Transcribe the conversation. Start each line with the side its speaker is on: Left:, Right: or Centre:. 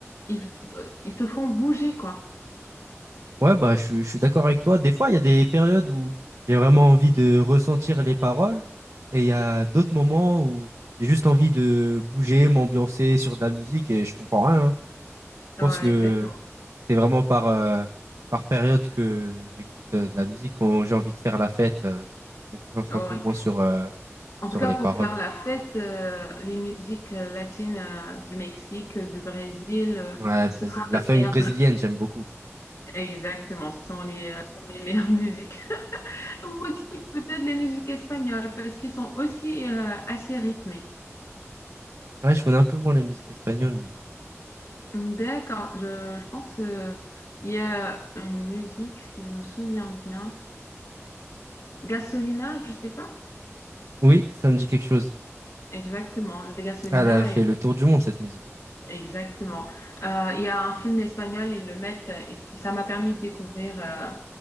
Left: ils, euh, ils te font bouger, quoi.
Right: Ouais, bah, je, suis- je suis d'accord avec toi. Des fois, il y a des périodes où j'ai vraiment envie de ressentir les paroles et il y a d'autres moments où j'ai juste envie de bouger, m'ambiancer sur de la musique et je comprends rien. hein. Je
Left: Ouais,
Right: pense que
Left: exactement.
Right: c'est vraiment par, euh, par période que j'écoute euh, de la musique quand j'ai envie de faire la fête. euh, je me concentre
Left: Ouais.
Right: un peu moins sur, euh,
Left: En
Right: sur
Left: tout cas,
Right: les
Left: pour
Right: paroles.
Left: faire la fête, euh, les musiques euh, latines euh, du Mexique, euh, du Brésil, euh,
Right: Ouais, Brésil.
Left: ce sont
Right: La
Left: les
Right: funk
Left: meilleures
Right: brésilienne,
Left: musiques.
Right: j'aime beaucoup.
Left: Exactement, ce sont les, euh, ce sont les meilleures <laughs> musiques. Ou aussi peut-être les musiques espagnoles, parce qu'ils sont aussi euh, assez rythmées.
Right: Ouais, je connais un peu moins la musique espagnole, mais
Left: D'accord, je, je pense qu'il y a une musique, si je me souviens bien, Gasolina, je sais pas.
Right: oui, ça me dit quelque chose.
Left: Exactement, les Gasolina,
Right: Elle a fait
Left: et-
Right: le tour du monde, cette musique.
Left: exactement. Euh, Il y a un film espagnol, ils le mettent, et ça m'a permis de découvrir... euh,